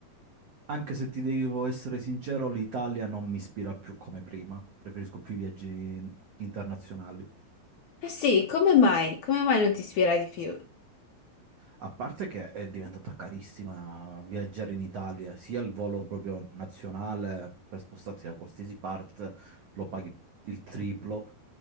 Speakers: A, on the right (about 75°); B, on the left (about 70°).
A: Anche se ti devo essere sincero, l'Italia non mi ispira più come prima, preferisco più i viaggi internazionali.
B: Eh sì, come mai? Come mai non ti ispira di più?
A: A parte che è diventata carissima viaggiare in Italia, sia il volo proprio nazionale per spostarsi da qualsiasi parte lo paghi il triplo